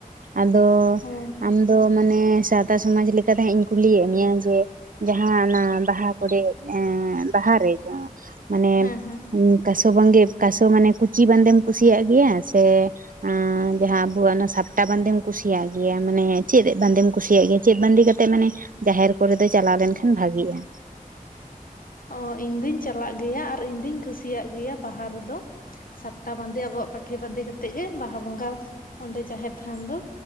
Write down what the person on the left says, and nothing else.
ᱦᱳᱭ
ᱦᱮᱸ ᱦᱮᱸ ᱦᱮᱸ
ᱚ ᱤᱧ ᱫᱩᱧ ᱪᱟᱞᱟᱜ ᱜᱮᱭᱟ, ᱟᱨ ᱤᱧ ᱫᱩᱧ ᱠᱩᱥᱤᱭᱟᱜ ᱜᱮᱭᱟ, ᱵᱟᱦᱟ ᱨᱮᱫᱚ ᱥᱟᱯᱴᱟ ᱵᱟᱸᱫᱮ ᱟᱵᱚᱣᱟᱜ ᱯᱟᱹᱴᱷᱤ ᱵᱟᱸᱫᱮ ᱠᱟᱛᱮᱜ ᱜᱮ ᱵᱟᱦᱟ ᱵᱚᱸᱜᱟ ᱚᱸᱰᱮ ᱡᱟᱦᱮᱨ ᱛᱷᱟᱱ ᱫᱚ᱾